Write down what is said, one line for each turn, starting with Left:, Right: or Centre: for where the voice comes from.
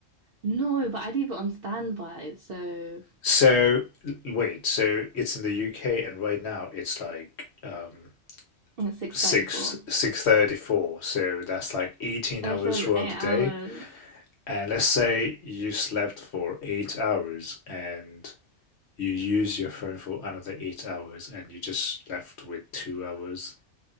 Right: No, but I leave it on standby, so
Left: So, l- wait, so it's in the UK and right now it's like um
Right: it's 6:34.
Left: 6 6:34. So that's like 18
Right: And
Left: hours
Right: it says
Left: throughout
Right: eight
Left: the
Right: hours.
Left: day. And let's say you slept for 8 hours and you use your phone for another 8 hours and you just left with 2 hours